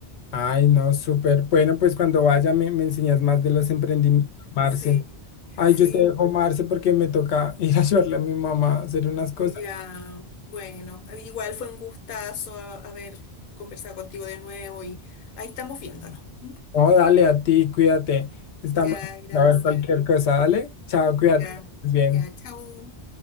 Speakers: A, on the left; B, on the left.
A: Ay, no, súper. Bueno, pues cuando vaya me, me enseñas más de los emprendimientos, Marce.
B: Sí,
A: Ay,
B: sí,
A: yo te dejo, Marce, porque me toca <laughs> ir a ayudarle a mi mamá a hacer unas cosas.
B: ya. Bueno, igual fue un gustazo a- haber conversado contigo de nuevo y ahí estamos viéndonos. ¿m?
A: No, dale a ti, cuídate. Estamos
B: Ya, gracias.
A: a ver cualquier cosa, dale. Chao, cuídate.
B: Ya,
A: que estés bien.
B: ya, chao.